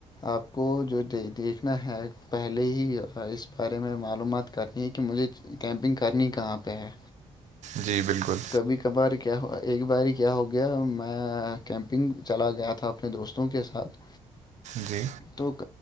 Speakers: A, on the left; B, on the right.
A: آپ کو جو د دیکھنا ہے پہلے ہی اس بارے میں معلومات کرنی ہے کہ مجھے کیمپنگ کرنی کہاں پہ ہے
B: جی بالکل
A: کبھی کبھار کیا ایک بار کیا ہو گیا میں کیمپنگ چلا گیا تھا اپنے دوستوں کے ساتھ
B: ‌جی
A: تو